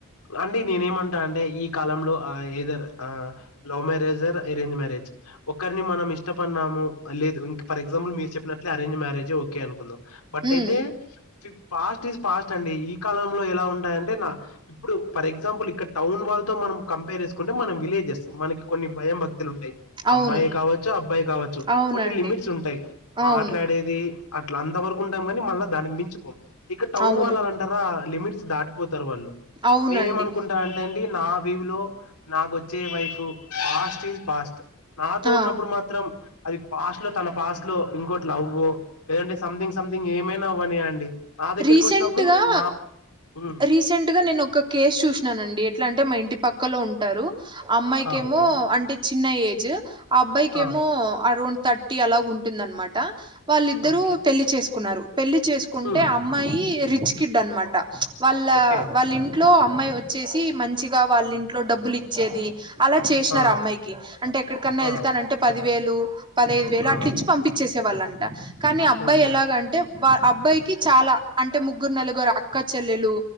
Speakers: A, on the left (about 85°); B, on the right (about 20°).
A: అంటే నేనేం అన్ టా అంటే ఈ కాలంలో ఆ ఏ దర్ ఆ love marriage or arrange marriage ఒకరిని మనం ఇష్టపడినాము లేదు ఇంక్ ఫర్ ఎగ్జాంపుల్ మీరు చెప్పినట్లే అరేంజ్ మ్యారేజ్ ఓకే అనుకుందాం బట్
B: ఉమ్
A: అయితే ఫఫ్ ఫాస్ట్ ఈస్ ఫాస్ట్ అండి ఈ కాలంలో ఎలా ఉంటాయంటే నా ఇప్పుడు ఫర్ ఎగ్జాంపుల్ ఇక్కడ టౌన్ వాళ్ళ తో మ మనం కంపేర్ చేసుకుంటే మనం విలేజెస్ మనకి కొన్ని భయం భ త్తులు ఉంటాయి అమ్మాయే
B: అవును
A: కావచ్చు అబ్బాయే కావచ్చు
B: అవునండి
A: కొన్ని లిమిట్స్ ఉంటాయి
B: అవును
A: ఆట్లాడేది అట్లా అంత వరకు ఉంటాం కాని మళ్ళా దానికి మించి పోం ఇక టౌన్
B: అవును
A: వాళ్ళలంటారా లిమిట్స్ దాటిపో తారు వాళ్ళు
B: అవునండి
A: నేనేం అనుకుంటా అంటే అండి నా వ్యూ లో నాకొచ్చే వైఫ్ ఫాస్ట్ ఈజ్ ఫాస్ట్ నాతో
B: ఆ!
A: ఉన్నప్పుడు మాత్రం అది పాస్ట్ లో తన పాస్ట్ లో ఇంకోటి లవ్వు లేదంటే సంథింగ్ సంథింగ్ ఏమైనా అవ్వనీయండి నా దగ్గరకి
B: రీసెంట్‌గా
A: వచ్చినప్పుడు నా ఉమ్
B: రీసెంట్ గా నేను ఒక కేసు చూసినానండి ఎట్లా అంటే మా ఇంటి పక్కలో ఉంటారు అమ్మాయికేమో
A: హా ఓకే
B: అంటే చిన్న ఏజ్ ఆ అబ్బాయికేమో
A: హా
B: అరౌండ్ థర్టీ అలాగుం టుందనమాట వాళ్ళిద్దరూ
A: ఓకే
B: పెళ్లి చేసుకున్నారు పెళ్లి చేసుకుం
A: ఉమ్
B: టే అమ్మాయి రిచ్ కిడ్ అనమాట వాళ్ళ
A: ఓకే
B: వాళ్ళింట్లో అమ్ మ్మాయి వచ్చేసి మంచిగా వాళ్ళింట్లో డబ్బులి చ్చేది అలా చేసినారు
A: ఆ
B: అమ్మాయికి అంటే ఎక్కడిన్నా
A: ఆ
B: ఎళ్తాంటే పది వేలు పదైదు వేలు
A: ఆ
B: అట్లి చ్చి పంపిచ్చేసేళ్ళంట కానీ అబ్బాయి
A: ఓకే
B: ఎలాగంటే వా ఆ అబ్బాయి కి చాలా అంటే ముగ్గురు నలుగురు అక్కా చెల్లెలు